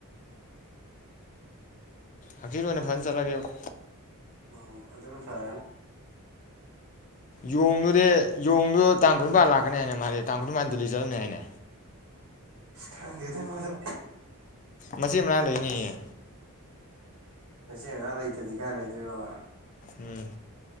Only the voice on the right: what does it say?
ꯎꯝ ꯑꯗꯨꯅ ꯐꯔꯅꯤ
ꯈꯪꯗꯦꯗ ꯃꯗꯨ
ꯃꯆꯦ ꯃꯅꯥꯛ ꯂꯩꯇ꯭ꯔꯗꯤ ꯀꯥꯏ ꯂꯩꯗꯣꯏꯕ ꯃꯥ